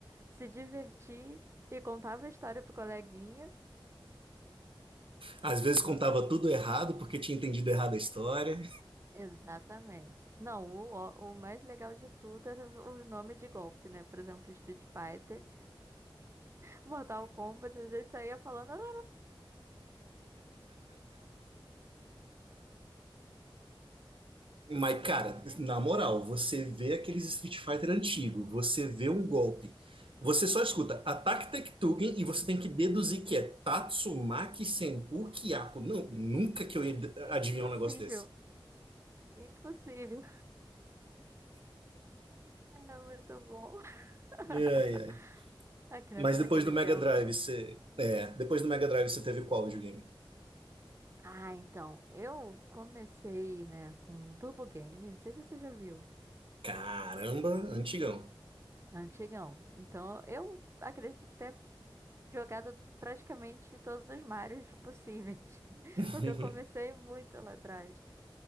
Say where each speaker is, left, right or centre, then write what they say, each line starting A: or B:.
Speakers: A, on the right (about 30°); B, on the right (about 75°).
A: se divertir e contava a história pro coleguinha.
B: Às vezes contava tudo errado porque tinha entendido errado a história.
A: Exatamente. Não, o, o mais legal de tudo era o nome de golpe, né? Por exemplo, Street Fighter, Mortal Kombat, a gente saía falando. <laughs>
B: Mas, cara,
A: Ninguém.
B: na moral, você vê aqueles Street Fighter antigo, você vê um golpe, você só escuta ataque Tektugen e você tem que deduzir que é Tatsumaki Senpu Kiyako. Não, nunca que eu ia
A: É
B: adivinhar
A: impossível.
B: um negócio desse.
A: Impossível. É muito bom. <laughs>
B: Ai, ai.
A: A criança
B: Mas depois
A: daquele
B: do Mega
A: tempo.
B: Drive, você. É, depois do Mega Drive você teve qual videogame?
A: Ah, então, eu comecei, né, com Turbo Game, não sei se você já viu,
B: Caramba, antigão.
A: antigão. Então, eu acredito ter jogado praticamente todos os Marios possíveis,
B: <laughs>
A: <laughs> porque eu comecei muito lá atrás.